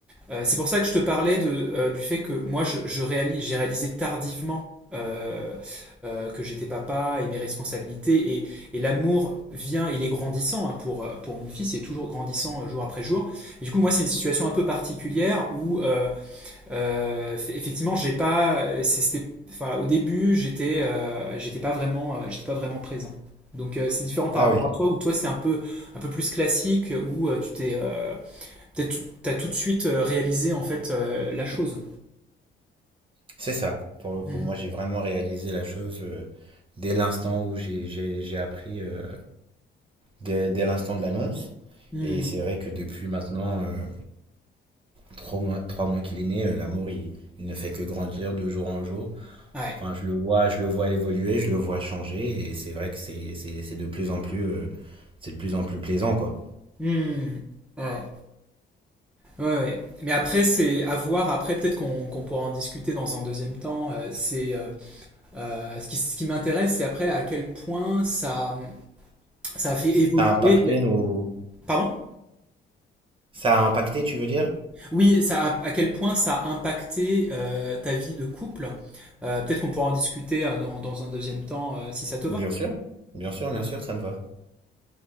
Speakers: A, in the centre; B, on the right.
A: Euh, c'est pour ça que je te parlais de, euh, du fait que moi, je, je réalise, j'ai réalisé tardivement euh, euh, que j'étais papa et mes responsabilités. Et, et l'amour vient, il est grandissant hein, pour, euh, pour mon fils, il est toujours grandissant euh, jour après jour. Mais du coup, moi, c'est une situation un peu particulière où, euh, euh, f- effectivement, j'ai pas, c'est- c'était, enfin, au début, j'étais euh, j'étais pas vraiment, euh, j'étais pas vraiment présent. Donc, euh, c'est différent par
B: Ah
A: rapport
B: oui,
A: à toi, où toi, c'est un peu, un peu plus classique, où euh, tu t'es, euh, T'as tout, t'as tout de suite euh, réalisé en fait euh, la chose.
B: c'est ça, pour le coup.
A: Hmm.
B: Moi, j'ai vraiment réalisé la chose euh, dès l'instant où j'ai, j'ai, j'ai appris, euh, dès, dès l'instant de l'annonce.
A: Hmm.
B: Et c'est vrai que depuis maintenant, euh, trois mois, trois mois qu'il est né, euh, l'amour, il, il ne fait que grandir de jour en jour.
A: Ouais.
B: Enfin, je le vois, je le vois évoluer, je le vois changer, et c'est vrai que c'est, c'est, c'est de plus en plus, euh, c'est de plus en plus plaisant, quoi.
A: Hmm. Ouais. Ouais, ouais. Mais après, c'est à voir. Après, peut-être qu'on qu'on pourra en discuter dans un deuxième temps. Euh, c'est euh, euh, ce qui, ce qui m'intéresse, c'est après à quel point ça ça a fait évoluer.
B: Ça a impacté
A: la-
B: nos,
A: Pardon?
B: ça a impacté, tu veux dire?
A: Oui, ça a- à quel point ça a impacté euh, ta vie de couple. Euh, peut-être qu'on pourra en discuter euh, dans, dans un deuxième temps euh, si ça te va.
B: Bien sûr, bien sûr, bien sûr, ça me va.